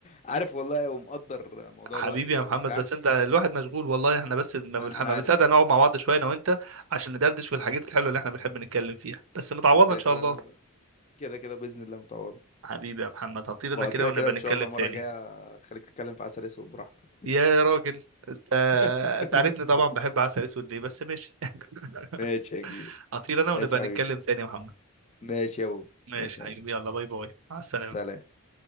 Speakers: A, on the left; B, on the right.
A: عارف والله ومقدر موضوع
B: حبيبي
A: الوقت
B: يا
A: بتاعك
B: محمد بس انت الواحد مشغول والله احنا بس ما
A: انا
B: بنح-
A: انا
B: ما
A: عارف
B: بنصدق
A: والله
B: نقعد مع بعض شويه انا وانت عشان ندردش في الحاجات الحلوه اللي احنا بنحب نتكلم فيها بس متعوضه
A: أنا كده
B: ان شاء
A: كده
B: الله
A: بب- كده كده باذن الله متعوضه
B: حبيبي يا محمد هطير انا
A: وكده
B: كده ونبقى
A: كده ان
B: نتكلم
A: شاء الله مره
B: تاني
A: جايه خليك تتكلم في عسل اسود براحتك
B: يا راجل انت
A: <laughs>
B: انت عارفني طبعا بحب عسل اسود ليه بس ماشي <laughs>
A: ماشي يا كبير
B: هطير انا ونبقى
A: ماشي يا
B: نتكلم
A: حبيبي
B: تاني يا محمد
A: ماشي يا بوب
B: ماشي
A: ماشي يا
B: حبيبي
A: حبيبي
B: يلا باي
A: س-
B: باي مع السلامة
A: سلام